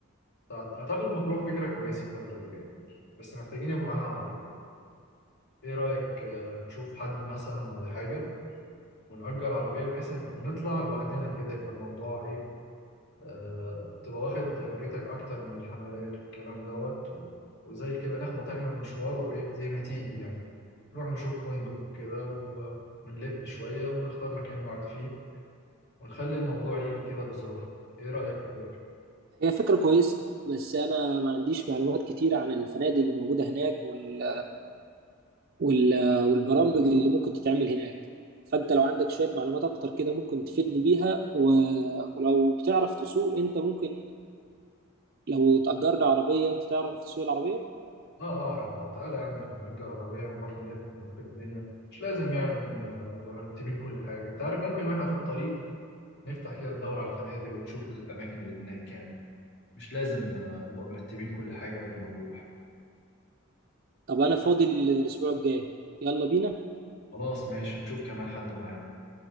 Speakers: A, on the left; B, on the right.
A: فأعت- أعتقد مطروح فكرة كويسة الفترة اللي جاية بس محتاجين يبقى معانا عربية إيه رأيك آه، نشوف حد مثلا ولا حاجة ونأجر عربية بحيث إن ونطلع لوحدنا كده يبقى الموضوع إيه آه، تبقى واخد حريتك أكتر من الحملات والكلام دوت و- وزي كده نخبط إحنا المشوار وإيه زي ما تيجي يعني نروح نشوف فندق وكده و- ونلف شوية ونختار مكان نقعد فيه ونخلي الموضوع يجي كده بظروفها إيه رأيك في الفكرة؟
B: هي فكره كويسه بس انا ما عنديش معلومات كتير عن الفنادق اللي موجوده هناك وال وال- والبرامج اللي ممكن تتعمل هناك فانت لو عندك شوية معلومات اكتر كده ممكن تفيدني بيها و... ولو بتعرف تسوق انت ممكن لو تأجرنا عربية انت تعرف تسوق العربية
A: آه أعرف آه، تعالى يا عم إحنا نأجر عربية ونروح نلف ونشوف الدنيا مش لازم يعني ن- نبقى مرتبين كل حاجة أنت عارف ممكن وإحنا في الطريق نفتح كده ندور على الفنادق ونشوف الأماكن اللي هناك يعني مش لازم آه، نبقى مرتبين كل حاجة قبل ما نروح
B: طب انا فاضي ال- الاسبوع الجاي يلا بينا
A: خلاص ماشي نشوف كمان حد معانا